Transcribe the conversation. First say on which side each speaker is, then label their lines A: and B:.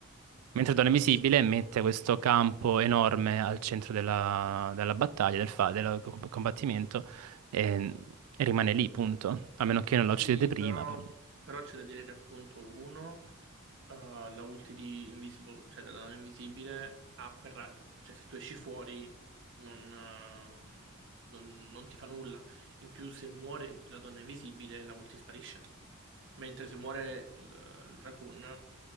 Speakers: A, on the right; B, on the right.
A: Mentre
B: eh,
A: Donna Invisibile mette questo campo enorme al centro della, della battaglia, del, fa- del co- combattimento e, e rimane lì, punto. A meno che non
B: Sì,
A: la uccidete prima,
B: però,
A: però.
B: però c'è da dire che appunto uno, eh, la ulti di Invisible, cioè della nana invisibile, ha quel raggio. Cioè se tu esci fuori non, eh, non- non ti fa nulla. In più se muore la donna invisibile, la ulti sparisce. Mentre se muore il, il Raccoon,